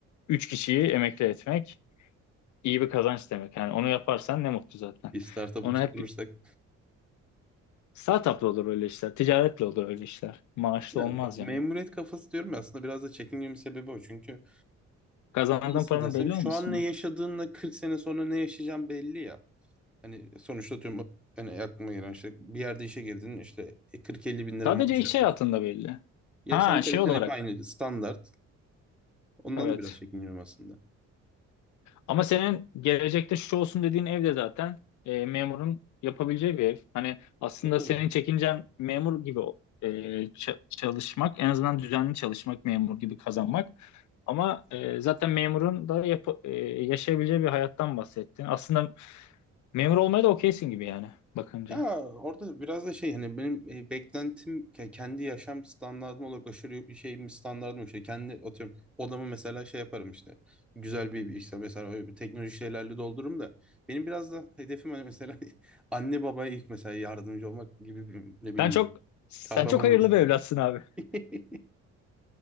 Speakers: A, on the left; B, in the centre.
A: 3 kişiyi emekli etmek iyi bir kazanç demek. Yani onu yaparsan ne mutlu zaten.
B: Bir startup'ı
A: Onu
B: tutturursak.
A: hep startup'la olur öyle işler. Ticaretle olur öyle işler. Maaşlı
B: Ya,
A: olmaz
B: memuriyet
A: yani.
B: kafası diyorum ya aslında biraz da çekingemin sebebi o. Çünkü
A: Kazandığın
B: nasıl
A: paranın
B: desem
A: belli
B: şu
A: olmasın.
B: an ne
A: ya.
B: yaşadığınla 40 sene sonra ne yaşayacağım belli ya. Hani sonuçta tüm hani aklıma gelen işte bir yerde işe girdin işte 40-50 bin lira
A: Sadece
B: maaş
A: iş
B: yapıyorsun.
A: hayatında belli.
B: Yaşam
A: Ha
B: kaliten
A: şey olarak.
B: hep aynı standart. Ondan
A: Evet.
B: da biraz çekiniyorum aslında.
A: Ama senin gelecekte şu olsun dediğin ev de zaten e, memurun yapabileceği bir ev. Hani aslında
B: Tabii tabii.
A: senin çekincen memur gibi e, ça- çalışmak, en azından düzenli çalışmak, memur gibi kazanmak. Ama e, zaten memurun da yap- e, yaşayabileceği bir hayattan bahsettin. Aslında memur olmaya da okeysin gibi yani bakınca.
B: Ya orada biraz da şey hani benim e, beklentim ke- kendi yaşam standardım olarak aşırı y- şeyim standardım işte kendi atıyorum odamı mesela şey yaparım işte güzel bir bir işte mesela öyle bir teknoloji şeylerle doldururum da benim biraz da hedefim hani mesela <laughs> anne babaya ilk mesela yardımcı olmak gibi bir, ne bileyim
A: Sen çok sen
B: kahramanımsın.
A: çok hayırlı bir evlatsın abi.
B: <laughs>